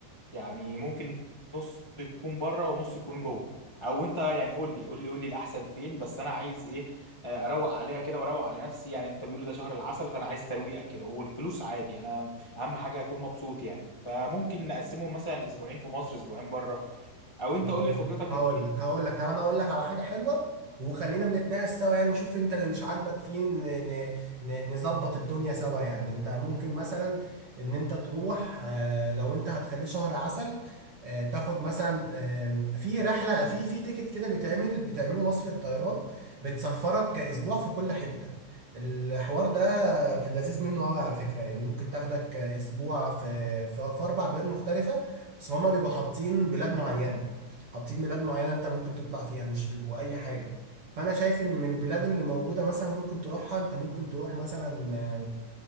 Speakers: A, on the left (about 30°); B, on the right (about 50°).
A: يعني ممكن نص يكون بره ونص يكون جوه او انت يعني قول لي قول لي قول لي الاحسن فين بس انا عايز ايه آه، اروق عليها كده واروق على نفسي يعني انت بيقولوا ده شهر العسل فانا عايز ترويقه كده والفلوس عادي انا اهم حاجه اكون مبسوط يعني فممكن نقسمهم مثلا اسبوعين في مصر اسبوعين بره او انت قول
B: هقول
A: لي خبرتك
B: لك هقول
A: ايه الدنيا
B: لك هقول لك طب انا اقول لك على حاجه حلوه وخلينا بنتناقش سوا يعني نشوف انت اللي مش عاجبك فيه ن- ن- ن- نظبط الدنيا سوا يعني انت ممكن مثلا ان انت تروح آه، لو انت هتخليه شهر عسل آه، تاخد مثلا آم، في رحله في في تيكت كده بيتعمل بتعمله مصر الطيران بتسفرك اسبوع في كل حته الحوار ده في اللذيذ منه قوي على فكره يعني ممكن تاخدك اسبوع في في في اربع بلاد مختلفه بس هما بيبقوا حاطين بلاد معينه حاطين بلاد معينة انت ممكن تطلع فيها مش بيبقوا اي حاجة فانا شايف ان من البلاد اللي موجودة مثلا ممكن تروحها انت ممكن تروح مثلا آه،